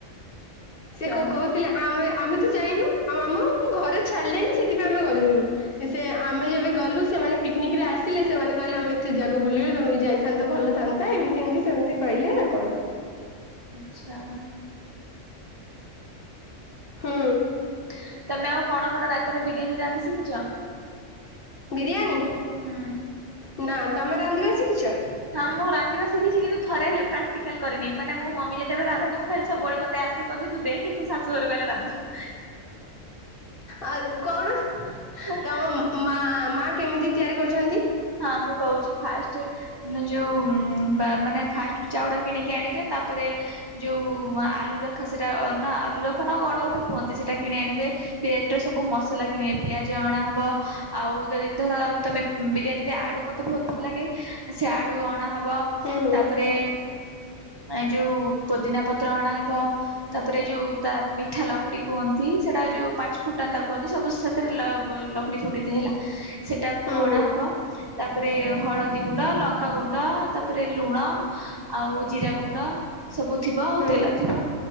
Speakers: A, on the right; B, on the left.
A: ଆଚ୍ଛା
B: ସେ କୋଉ କୋହୁଥିଲେ ଆମେ ଆମେ ତ ଯାଇନୁ ଆଉ ଆମକୁ ଘରେ ଛାଡିଲେନି ସେଥିପାଇଁ ଆମେ ଗଲୁନୁ। ସେ ଆମେ ଯେବେ ଗଲୁ ସେମାନେ ପିକ୍ନିକ ରେ ଆସିଲେ ସେମାନେ କହିଲେ ଆମେ ଏତେ ଜାଗା ବୁଲିଲୁ ତମେ ଯାଇଥାନ୍ତ ଭଲଥାନ୍ତ ନ୍ତା ଏମିତି ଏମିତି ସେମିତି କହିଲେ ଆଉ କଣ।
A: ଆଚ୍ଛା।
B: ହୁଁ
A: ଓ ତମେ ଆଉ କଣ କଣ ରା ତମେ ବିରିୟାନୀ ରାନ୍ଧି ଶିଖିଛ।
B: ବିରିୟାନୀ
A: ହୁଁ।
B: ନା ତମେ ରାନ୍ଧିବା ଶିଖିଛ।
A: ହଁ ମୁଁ ରାନ୍ଧିବା ଶିଖଛି କିନ୍ତୁ ଥରେ ହେଲେ ପ୍ରାଟିକାଲ କରିନି ମାନେ ମୋ ମମି ଯେତେବେଳେ ରାନ୍ଧନ୍ତି ମୁ ଖାଲି ସବୁବେଳେ ମତେ ଆସି କହନ୍ତି ତୁ ଦେଖେ ତୁ ଶାଶୁ ଘର ଗଲେ ରାନ୍ଧିବୁ।
B: ଆଉ କହୁନ
A: <unintelligible>
B: ତମ ମା ମା କେମିତି ତିଆରି କରୁଛନ୍ତି।
A: ହଁ ମୁଁ କହୁଛି ଫାଷ୍ଟ ଉନ୍ ଯୋଉ ବା ମାନେ ଫାଷ୍ଟ ଚାଉଡା କିଣିକି ଆଣିବେ ତାପରେ ଯୋଉ ଆଲୁ ରଖା ସେଟା ନା ଆଲୁ ରଖା ନ କଣ ଗୋଟେ କୁହନ୍ତି ସେଟା କିଣି ଆଣିବେ। ବେ ଡେ ର ସବୁ ମସଲା କିଣିବେ ପିଆଜ ଅଣା ହବ ଆଉ ଯଦି ଧର ତମେ ବିରିୟାନୀ ସେ ଆଡୁ ମତେ ବହୁତ ଭଲ ଲାଗେ ସେ ଆଡୁ ଅଣା ହବ
B: ହୁଁ
A: ତାପରେ ନେ ଯୋଉ ପୋଦିନା ପତ୍ର ଅଣାହବ। ତାପରେ ଯୋଉ ତା ମିଠା ଲକ୍ଡି କୁହନ୍ତି ସେଟା ଯୋଉ ପାଞ୍ଚ ଫୁଟାନ୍ତା କୁହନ୍ତି ସବୁ ସେ ଥୀରେ ଲବ୍ ଲକୁଡି ଫକୁଡି ତ ହେଲା ସେଟାକୁ
B: ହୁଁ
A: ଅଣାହବ।
B: ହୁଁ
A: ତାପରେ ହଳଦୀ ଗୁଣ୍ଡ ଲଙ୍କା ଗୁଣ୍ଡ ତାପରେ ଲୁଣ ଆଉ ଜିରା ଗୁଣ୍ଡ ସବୁ ଥିବ ଆଉ
B: ହୁଁ
A: ତେଲ ଥିବ।